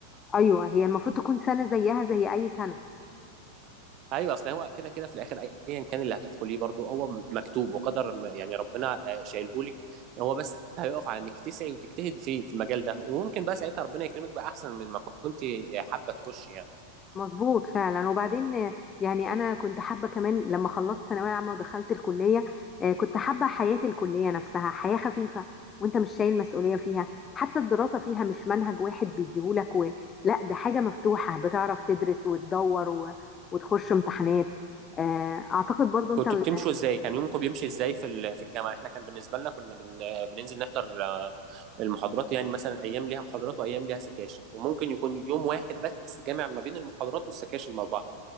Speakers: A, on the left (about 20°); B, on the right (about 35°).
A: ايوه هي المفروض تكون سنه زيها زي اي سنه
B: ايوه اصل هو كده كده في الاخر ايا كان اللي هتدخليه برضو هو مكتوب وقدر م- يعني ربنا آه، شايلهولك هو بس هيقف على انك تسعي وتجتهدي فيه في المجال ده وممكن بقى ساعتها ربنا يكرمك باحسن من ما كنت حابه تخشي يعني
A: مظبوط فعلا وبعدين آه، يعني انا كنت حابه كمان لما خلصت ثانويه عامه ودخلت الكليه آه، كنت حابه حياه الكليه نفسها حياه خفيفه وانت مش شايل مسؤوليه فيها حتى الدراسه فيها مش منهج واحد بيديهولك و... لا ده حاجه مفتوحه بتعرف تدرس وتدور و... وتخش امتحانات آه، اعتقد برضو انت
B: كنتوا
A: ال-
B: بتمشوا ازاي كان يومكم بيمشي ازاي في ال- في الجامعه احنا كان بالنسبه لنا كنا بن بننزل نحضر آه، المحاضرات يعني مثلا ايام ليها محاضرات وايام ليها سكاشن وممكن يكون يوم واحد بس جامع ما بين المحاضرات والسكاشن مع بعض